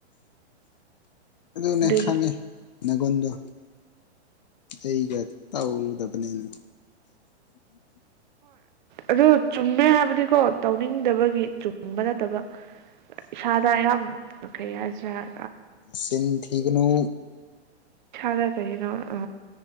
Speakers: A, on the left; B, on the right.
A: <inaudible> ꯑꯗꯨꯅꯦ
B: ꯑꯗꯨꯒꯤ
A: ꯈꯪꯉꯦ ꯅꯅꯥꯒꯣꯟꯗꯣ ꯑꯩꯒ ꯇꯧꯗꯕꯅꯤꯅ
B: ꯑꯗꯨ ꯆꯨꯝꯃꯦ ꯍꯥꯏꯕꯗꯤꯀꯣ ꯇꯧꯅꯤꯡꯗꯕꯒꯤ ꯆꯨꯝꯕ ꯅꯠꯇꯕ ꯏꯁꯥꯗꯥ ꯌꯥꯝꯝ ꯀꯩꯌꯥꯖꯠ
A: ꯁꯤꯟ ꯊꯤꯒꯅ
B: ꯏꯁꯥꯗ ꯀꯔꯤꯅꯣ ꯑ